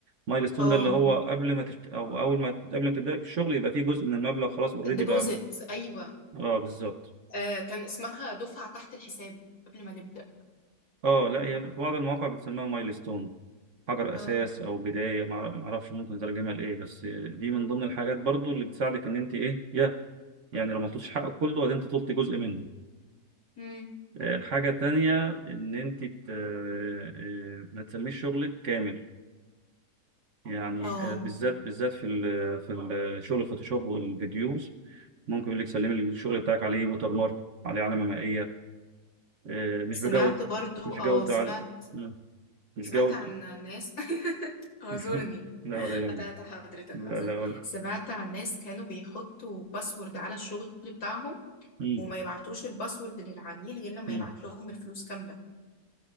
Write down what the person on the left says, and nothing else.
اه
الديبوزيت
ايوه
آه كان اسمها دفعة تحت الحساب قبل ما نبدأ
اه
امم
اه
سمعت برضو
اه سمعت
سمعت
عن ناس <laughs> اعذرني
قطعت حضرتك
اعذرني
سمعت عن ناس كانوا بيحطوا باسورد على الشغل بتاعهم
وما يبعتوش الباسورد للعميل غير لما
يبعت لهم الفلوس كاملة